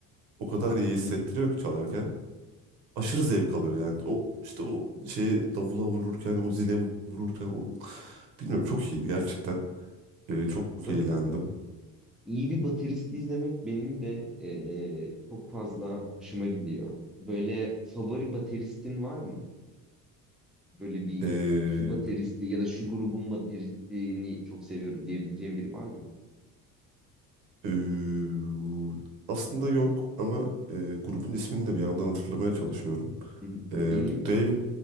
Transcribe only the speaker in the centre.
Hı hı.
Ö-
iyi bir bateristi izlemek benim de eee, çok fazla hoşuma gidiyor. Böyle favori bateristin var mı? Böyle bir
şu bateristi ya da şu grubun bateristini çok seviyorum diyebileceğim biri var mı?
Hı hı.
Benim